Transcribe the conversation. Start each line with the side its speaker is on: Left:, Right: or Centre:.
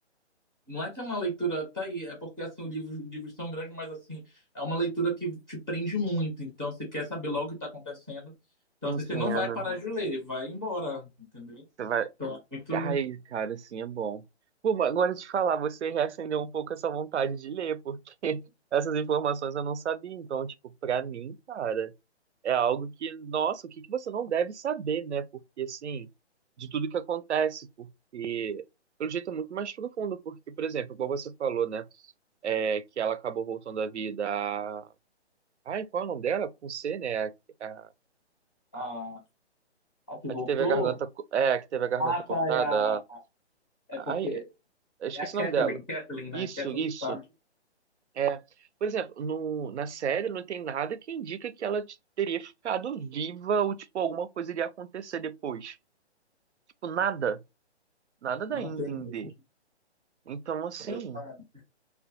Centre: não é que é uma leitura. Tá aí, é porque, assim, o livro, os livros são grandes, mas, assim, é uma leitura que te prende muito. Então, você quer saber logo o que tá acontecendo. Então,
Right: Entendo.
Centre: assim, você não vai parar de ler, vai embora, entendeu?
Right: Você vai
Centre: Então, é muito.
Right: Ai, cara, assim é bom. Pô, mas agora te falar, você reacendeu um pouco essa vontade de ler, porque <laughs> essas informações eu não sabia. Então, tipo, pra mim, cara, é algo que, nossa, o que que você não deve saber, né? Porque, assim, de tudo que acontece, porque, pelo jeito, é muito mais profundo. Porque, por exemplo, igual você falou, né? é, que ela acabou voltando à vida. a- Ai, qual é o nome dela? Com C, né? A, a, a-
Centre: A, a que
Right: a
Centre: voltou.
Right: que teve a garganta, co- é, a que teve a garganta
Centre: Ah,
Right: cortada.
Centre: tá, é a. É
Right: a-
Centre: porque
Right: Ai, Eu esqueci
Centre: é a Kathleen,
Right: o nome dela.
Centre: Kathleen, né?
Right: Isso,
Centre: Kathleen
Right: isso.
Centre: Stark.
Right: É. Por exemplo, no, na série não tem nada que indica que ela t- teria ficado viva ou, tipo, alguma coisa iria acontecer depois. Tipo, nada. Nada dá
Centre: Não
Right: a entender.
Centre: tem mesmo.
Right: Então, assim,
Centre: Exatamente.